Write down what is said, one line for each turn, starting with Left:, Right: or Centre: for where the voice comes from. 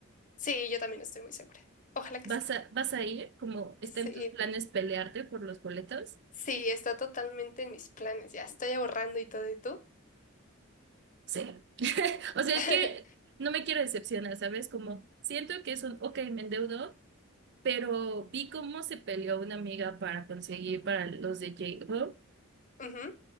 Left: Sí, yo también estoy muy segura. Ojalá que
Right: ¿Vas
Left: sí.
Right: a, vas a ir? Como está
Left: Sí,
Right: en tus planes pelearte por los boletos?
Left: sí, está totalmente en mis planes. Ya estoy ahorrando y todo, ¿y tú?
Right: Sí. <laughs> O sea,
Left: <laughs>
Right: es que no me quiero decepcionar, ¿sabes? Como siento que es un, ok, me endeudo, pero vi cómo se peleó una amiga para conseguir para los de J-Hope
Left: Ujú.